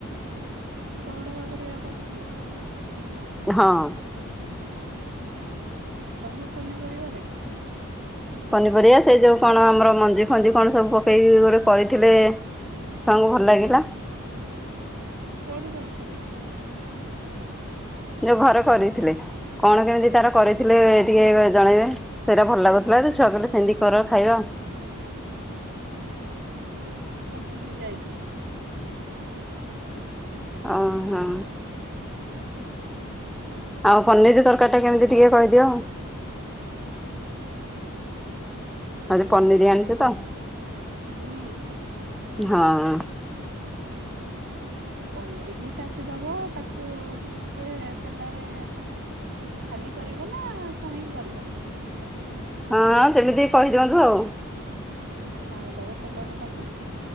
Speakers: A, on the right; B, in the centre.
A: ଶହ ଟଙ୍କା ପରିବା କରିଥିଲି!
B: ହଁ।
A: ସବୁ ପନିପରିବାରେ।
B: ପନିପରିବା ସେଇ ଯୋଉ କଣ ଆମର ମଞ୍ଜି ଫଞ୍ଜି କଣ ସବୁ ପକେଇକି ଗୋଟେ କରିଥିଲେ ସାଙ୍କୁ ଭଲ ଲାଗିଲା।
A: କୋଉଠି କରିଥିଲି?
B: ଯୋଉ ଘରେ କରିଥିଲେ କଣ କେମିତି ତାର କରିଥିଲେ ଟିକେ ଜଣେଇବେ। ସେଇଟା ଭଲ ଲାଗୁଥିଲା ଯେ ଛୁଆ ବିଲଲେ ସେମିତି କର ଖାଇବା।
A: ମୁଁ ତ ଭୁଲି ଯାଇଛି।
B: ଓହୋ। ଆଉ ପନିର ତରକାରୀ ଟା କେମିତି ଟିକେ କହିଦିଅଉ। ଆଉ ସେ ପନିର ଆଣିଛ ତ।
A: ହୁଁ।
B: ହଁ।
A: ପନିରିକି କାଟିଦବ ତାକୁ ଟିକେ ତେଲରେ। ଖାଲି କରିବ ନା ଛାଣିକି କରିବ
B: ହଁ ସେମିତି କହିଦିଅନ୍ତୁ ଆଉ
A: ଛାଣିଦବ ତେଲରେ ତାକୁ